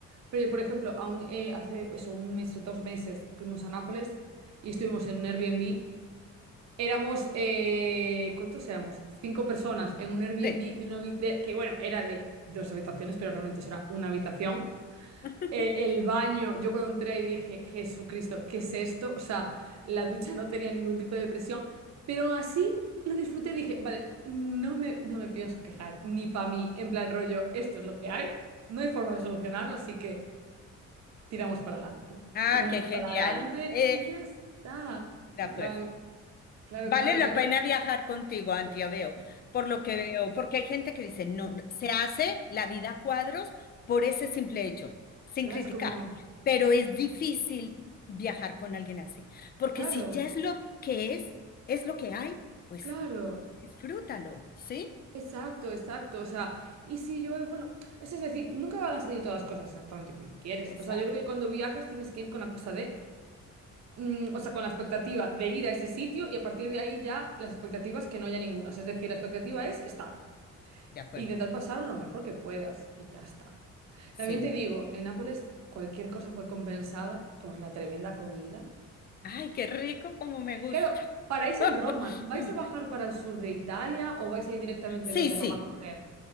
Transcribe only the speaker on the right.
Pero yo, por ejemplo, aún eh, hace eso, un mes o dos meses fuimos a Nápoles y estuvimos en un Airbnb. Éramos, eh, ¿cuántos éramos? Cinco personas en un Airbnb
de una habi- de- que, bueno, era de dos habitaciones, pero realmente eso era una habitación.
Eh, el baño, yo cuando entré ahí dije, Jesucristo, ¿qué es esto? O sea, la ducha no tenía ningún tipo de presión, pero aún así lo disfruté y dije, vale, no me, no me pienso quejar, ni para mí, en plan rollo, esto es lo que hay, no hay forma de solucionarlo, así que tiramos para adelante,
tiramos
para adelante
y ya está.
En
plan, claro,
claro,
o sea que,
claro,
es como,
claro,
claro.
Exacto, exacto. O sea, y si llueve, bueno, o sea, es decir, nunca van a salir todas las cosas exactamente como quieres.
O sea, yo creo que cuando viajas tienes que ir con la cosa de, mm, o sea, con la expectativa de ir a ese sitio y a partir de ahí ya las expectativas que no haya ninguna. O sea, es decir, la expectativa es estar,
intentar pasar lo mejor que puedas y ya está.
También te digo, en Nápoles cualquier cosa fue compensada por la tremenda comida.
Claro, paráis
en Roma, ¿vais a bajar para el sur de Italia o vais a ir directamente
desde
Roma a coger?